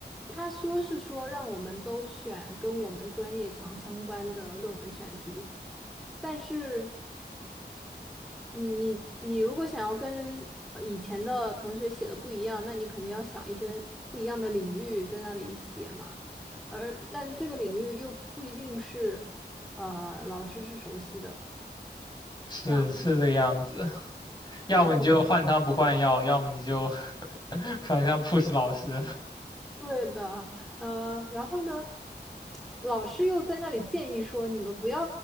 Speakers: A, in the centre; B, on the left.
A: 他说是说让我们都选跟我们专业强相关的论文选题，但是你你你如果想要跟呃以前的同学写的不一样，那你肯定要想一些不一样的领域在那里写嘛。而但这个领域又不一定是呃老师是熟悉的。
B: <laughs> 是是这个样子。
A: 像
B: 要么你就换汤不换药，
A: 像我
B: 要么你就 <laughs> 反向 push 老师。
A: 对的，呃，然后呢，老师又在那里建议说，你们不要